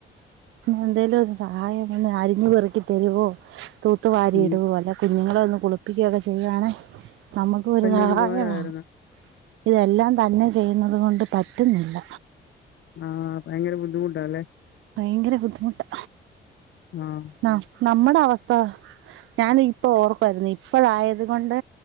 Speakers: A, on the right (about 80°); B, on the left (about 70°).
A: എന്തേലും സഹായം ഒന്ന് അരിഞ്ഞു പെറക്കി തരുവോ? തൂത്തു വാരി
B: ഉം
A: ഇടു അല്ല കുഞ്ഞുങ്ങളെ ഒന്ന് കുളിപ്പിക്കുകയൊക്കെ ചെയ്യവാണേ... നമ്മക്ക് ഒരു
B: വലിയൊരു
A: സഹായവാ
B: ഉപകാരായിരുന്നു
A: ഇതെല്ലാം തന്നെ ചെയ്യുന്നത് കൊണ്ട് പറ്റുന്നില്ല.
B: ആഹ് ഭയങ്കര ബുദ്ധിമുട്ടാല്ലേ?
A: ഭയങ്കര ബുദ്ധിമുട്ടാ.
B: ആഹ്
A: ആഹ് നമ്മടെ അവസ്ഥ... ഞാൻ ഇപ്പോ ഓർക്കായിരുന്നു. ഇപ്പോഴായത് കൊണ്ട്